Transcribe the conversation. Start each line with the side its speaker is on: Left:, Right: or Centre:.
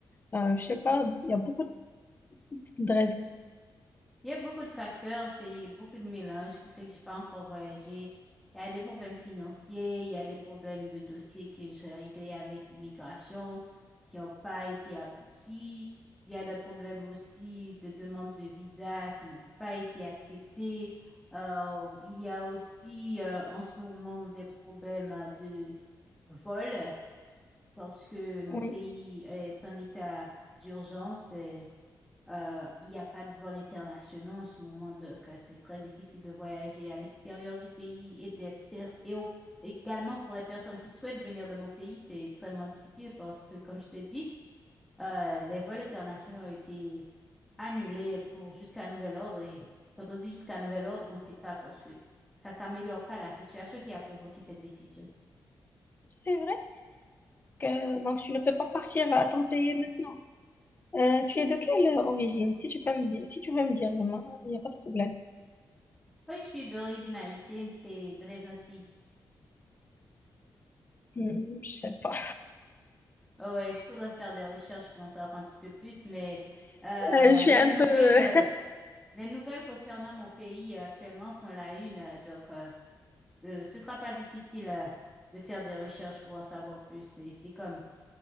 Left: euh, je sais pas, il y a beaucoup de raisons.
Centre: Il y a beaucoup de facteurs, c'est beaucoup de mélange qui fait que je n'ai pas encore voyagé. Il y a des problèmes financiers, il y a des problèmes de dossiers que j'ai réglés avec immigration qui n'ont pas été aboutis. Il y a des problèmes aussi de demande de visa qui n'ont pas été acceptés. Euh, il y a aussi euh, en ce moment des problèmes euh, de vol parce que mon
Left: Oui,
Centre: pays est en état d'urgence. euh, euh, il n'y a pas de vols internationaux en ce moment, donc euh, c'est très difficile de voyager à l'extérieur du pays et, des per- et au- également pour les personnes qui souhaitent venir dans mon pays, c'est extrêmement difficile parce que, comme je t'ai dit, euh, les vols internationaux ont été annulés pour jusqu'à nouvel ordre. Et quand on dit jusqu'à nouvel ordre, on ne sait pas parce que ça s'améliore pas la situation qui a provoqué cette décision.
Left: c'est vrai que donc tu ne peux pas partir à ton pays maintenant. Euh, tu es de quelle origine? Si tu peux me dire, si tu veux me dire, vraiment, il n'y a pas de problème.
Centre: Oui, je suis d'origine haïtienne, c'est dans les Antilles.
Left: Hmm, je sais pas.
Centre: Ouais, il faudrait faire des recherches pour en savoir un petit peu plus, mais euh,
Left: Euh, je suis
Centre: les
Left: un
Centre: nouvelles,
Left: peu... euh,
Centre: euh, les nouvelles concernant mon pays euh, actuellement font la une, euh, donc euh, euh, ce sera pas difficile euh, de faire des recherches pour en savoir plus. C'est c'est comme,